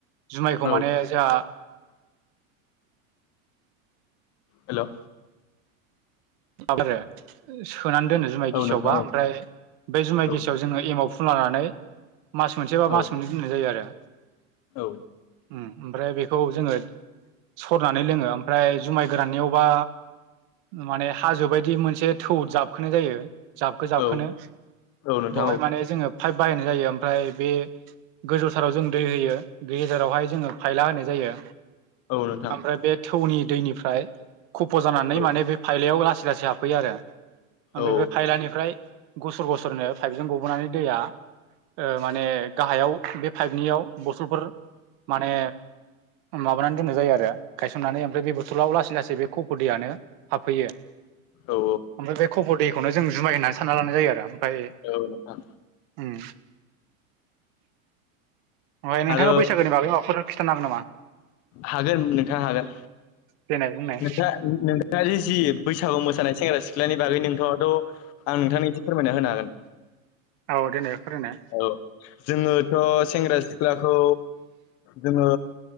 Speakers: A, on the right; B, on the left.
A: जुमायखौ
B: औ
A: माने जोंहा
B: हेलौ
A: <unintelligible> सोनानै दोनो जुमाय गिसिआवबा
B: औ नोंथां औ
A: ओमफ्राय बे जुमाय
B: औ
A: गिसिआव जोङो एमाव फुन लानानै मास मोनसे बा मास
B: औ
A: मोननै दोननाय जायो आरो
B: औ
A: ओमफ्राय बे <unintelligible> जोङो सरनानै लोङो ओमफ्राय जुमाय गोराननियावबा माने हाजो बायदि मोनसे थौ जाबखोनाय जायो जाबखो जाबखोनो
B: औ औ नोंथां
A: बवहाय
B: औ
A: माने जोङो फाइभ बाहायनाय जायो ओमफ्राय बे गोजौथाराव जों दै होयो गेजेरावहाय जोङो फायला होनाय जायो
B: औ नोंथां
A: ओमफ्राय बे थौनि दैनिफ्राय खफ जानानै
B: औ
A: माने बे फायलायाव लासै लासै हाबफैयो आरो ओमफ्राय
B: औ
A: बे फायलानिफ्राय गसर गसरनो पाइपजों गबोनानै दैया माने गाहायाव बे पाइपनियाव बथलफोर माने माबानानै दोननाय जायो आरो गायसननानै ओमफ्राय बे बोथलाव लासै लासै बे खफ दैयानो हाबफैयो
B: औ
A: ओमफ्राय बे खबर दैखौनो जों जुमाय होननानै सानना लानाय जायो आरो ओमफ्राय
B: औ नोंथां
A: उम ओमफ्राय नोंथाङा
B: आरो
A: बैसागोनि बागै माबाफोर खिथानो हागोन नामा
B: हागोन नोंथा हागोन
A: देनाय बुंनाय
B: नोंथां नोंथाङा जि बैसागु मोसानाय सानायानाय सेंग्रा सिख्लानि बागै नोंथाङाथ आं नोंथांनि एसे फोरमायना होनो हागोन
A: औ दोनै फोरमायनाय
B: औ जोङोथ सेंग्रा सिख्लाखौ जोङो